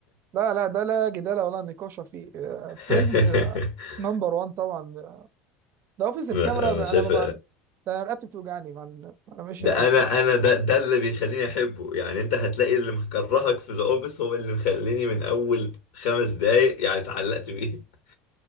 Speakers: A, on the right (about 50°); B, on the left (about 85°).
A: لا لا ده لا جدال ولا نقاش فيه فريندز
B: <laughs>
A: نمبر 1 طبعا ده اوفيس الكاميرا
B: انا أنا
A: ب- انا
B: شايف
A: ما بقى ده انا رقبتي بتوجعني مع إن- انا ماشي
B: ده
A: مع الكاميرا
B: انا انا ده ده اللي بيخليني احبه يعني انت هتلاقي اللي مكرهك في ذا اوفيس هو اللي مخليني من اول خمس دقايق يعني اتعلقت بيه <laughs>